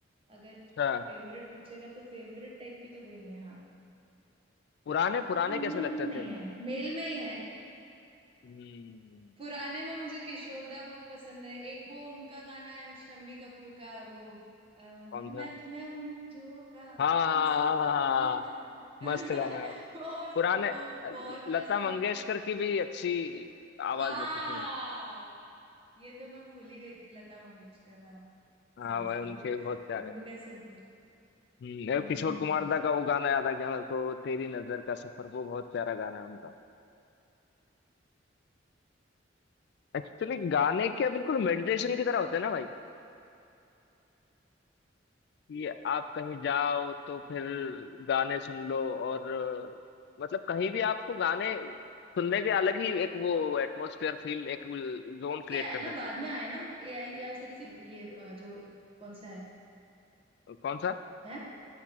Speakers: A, on the right; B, on the left.
A: अगर
B: अच्छा
A: फेवरेट पूछेगा तो फेवरेट टाइप की तो कोई नहीं है हाँ
B: पुराने पुराने
A: फीमेल
B: कैसे लगते
A: में नहीं
B: थे
A: है मेल में ही है
B: हम्म
A: पुराने में मुझे किशोरदा बहुत पसंद है एक वो उनका गाना है शम्मी कपूर का वो आ,
B: कौन
A: मैं
B: था
A: मैं वो हूँ जो का
B: हाँ हाँ हाँ
A: मस्त
B: हाँ हाँ,
A: पवन
B: हाँ, हाँ,
A: का <laughs>
B: मस्त गाना है
A: वो उसको
B: पुराने
A: वो बहुत मस्त
B: लता
A: म...
B: मंगेशकर की भी अच्छी आवाज
A: हाँ
B: लगती थी मेरे को
A: ये तो मैं भूल ही गई थी लता मंगेशकर हाँ
B: हाँ
A: Sorry
B: भाई
A: sorry
B: उनके
A: <laughs>
B: भी बहुत प्यारे
A: उनको कैसे भूल
B: हम्म एक
A: हम्म
B: किशोर कुमार दा का वो गाना याद आ गया मेरे को तेरी नजर का सफर वो बहुत प्यारा गाना है उनका एक्चुअली गाने क्या बिल्कुल मेडिटेशन की तरह होते हैं ना भाई कि आप कहीं जाओ तो फिर गाने सुन लो और अ, मतलब कहीं भी आपको गाने सुनने के अलग ही एक वो एटमोसफियर फील एक जोन क्रिएट
A: क्या है
B: कर
A: ना
B: देते
A: बाद में आए ना एआई या वैसे किसी ये अ, जो कौन सा है
B: हैं कौन सा
A: है